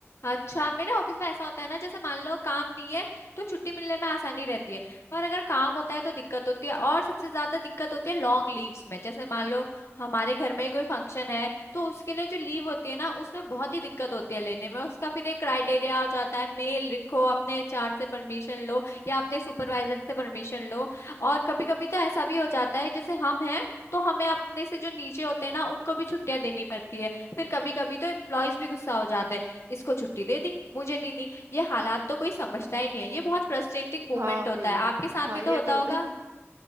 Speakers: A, on the left; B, on the right.
A: अच्छा मेरे ऑफिस में ऐसा होता है ना जैसे मान लो काम नहीं है तो छुट्टी मिलने में आसानी रहती है पर अगर काम होता है तो दिक्कत होती है और सबसे ज्यादा दिक्कत होती है लॉन्ग लीव्स में जैसे मान लो हमारे घर में ही कोई फंक्शन है तो उसके लिए जो लीव होती है ना उसमें बहुत ही दिक्कत होती है लेने में उसका फिर एक क्राइटेरिया हो जाता है मेल लिखो अपने एचआर से परमिशन लो या अपने सुपरवाइजर से परमिशन लो और कभी कभी तो ऐसा भी हो जाता है जैसे हम हैं तो हमें अपने से जो नीचे होते हैं ना उनको भी छुट्टियां देनी पड़ती है फिर कभी कभी तो एम्प्लॉयज भी गुस्सा हो जाते हैं इसको छुट्टी दे दी मुझे नहीं दी ये हालात तो कोई समझता ही नहीं है ये बहुत फ्रस्ट्रेटिंग मोमेंट
B: हाँ वही
A: होता है आपके साथ
B: हाँ
A: भी
B: ये
A: तो होता
B: तो होता
A: होगा
B: है